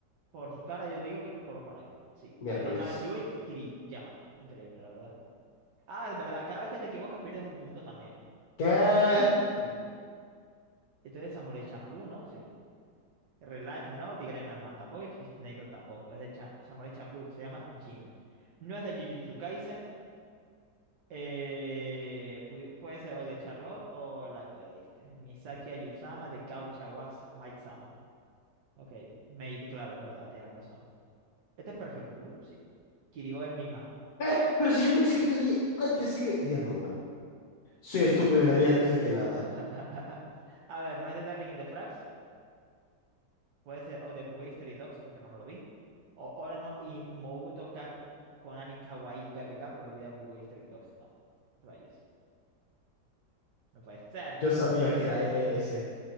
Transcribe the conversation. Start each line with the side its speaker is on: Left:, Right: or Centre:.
Right: Por su cara yo digo que Kokoro Connect, sí.
Left: Miércoles.
Right: Se llama Yui Kiriyama, increíble, la verdad. Ah, es verdad, cada vez que te equivocas pierdes un punto también.
Left: ¿Qué?
Right: Sí. Entonces Samurai Champloo, ¿no? Sí. Real Life no, Tigray Man tampoco y Sniper tampoco. Es de Cha- Samurai Champloo, se llama Jim. No es de Jujutsu Kaisen. eh, pu- puede ser o de Charlotte o la que le diste. Misaki Ayusama de Kaucha wa Maid-sama. Ok, Maid, claro, es verdad, tienes razón. Este es Perfect Blue, sí. Kirigo es Mima.
Left: Eh, pero si yo pensé que te dije antes que... Dios mío. Soy estúpido, le di antes de que nada.
Right: <laughs> A ver, no es de Darling in the Franxx. Puede ser, o Debuggy Street Dogs, porque no me lo vi. O ahora no y Moguto ka Ko- Konani Kawaii KKK, pero lo vi a Debuggy Street Dogs. No, rayos. No puede ser.
Left: Yo sabía que era e- ese.